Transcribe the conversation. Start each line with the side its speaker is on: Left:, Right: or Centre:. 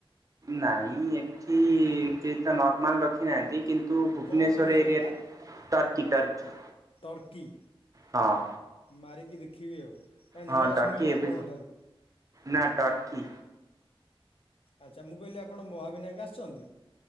Right: ନାଇଁ ଏଠି କେହି ତ ନର୍ମାଲ ରଖି ନାହାନ୍ତି କିନ ତୁ ଭୁବନେଶ୍ଵର
Left: କଣ କହିଲେ
Right: ଏରିଆରେ
Left: ନା ଟା
Right: ଟର୍କି ଟର୍କି।
Left: ଟର୍କି
Right: ହଁ
Left: ମାରିକି ଦେଖିବି ଆଉ। ଆ
Right: ହଁ
Left: ନୂଆ
Right: ଟର୍କି
Left: ଶୁଣିଲି
Right: ଏବେ
Left: ଆପଣଙ୍କ ଠାରୁ।
Right: ନା ଟର୍କି
Left: ଆଚ୍ଛା ମୁଁ କହିଲି ଆପଣ ମହାବିନାୟକ ଆସିଛନ୍ତି?